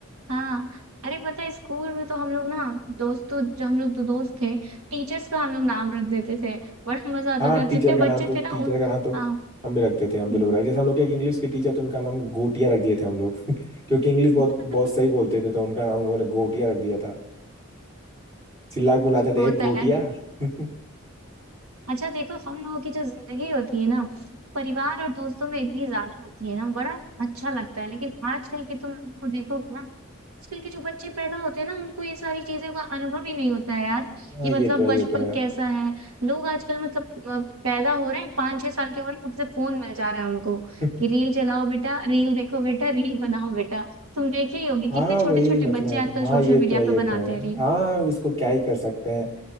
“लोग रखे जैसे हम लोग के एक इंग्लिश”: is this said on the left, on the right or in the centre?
Right